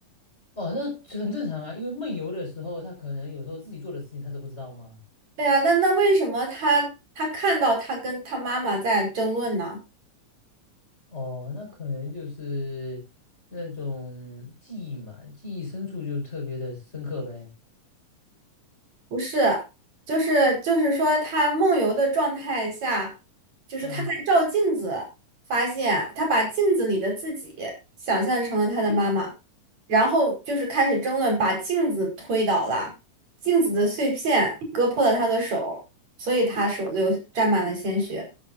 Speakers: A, on the left (about 20°); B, on the right (about 55°).
A: 哦，那这很正常啊，因为梦游的时候，他可能有时候自己做的事情他都不知道嘛。
B: 对啊，那那为什么他他看到他跟他妈妈在争论呢？
A: 哦，那可能就是那种记忆嘛，记忆深处就特别的深刻呗。
B: 不是，就是就是说，他梦游的状态下，就是他在照镜子，
A: 嗯
B: 发现他把镜子里的自己想象成了他的妈妈，然后就是开始争论，把镜子推倒了，镜子的碎片割破了他的手，所以他手流沾满了鲜血。